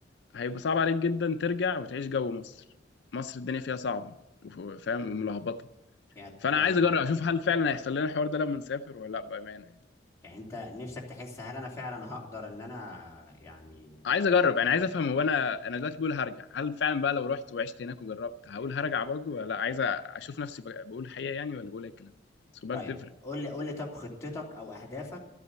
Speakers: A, on the left; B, on the left.
A: هيبقى صعب عليك جدا ترجع وتعيش جو مصر مصر الدنيا فيها صعبه وف- فاهم وملخبطه
B: يعني
A: فانا
B: يعني
A: عايز اجرب اشوف هل فعلا هيحصل لنا الحوار ده لما نسافر ولا لا بامانه يعني.
B: يعني انت نفسك تحس هل انا فعلا هقدر ان انا يعني
A: عايز اجرب يعني عايز افهم هو انا انا دلوقتي بقول هرجع هل فعلا بقى لو رحت وعشت هناك وجربت هقول هرجع برضو ولا لا عايز اشوف نفسي بق- بقول الحقيقه يعني ولا بقول اي كلام بس خد بالك
B: طيب
A: بتفرق
B: قول لي قول لي طب خطتك او اهدافك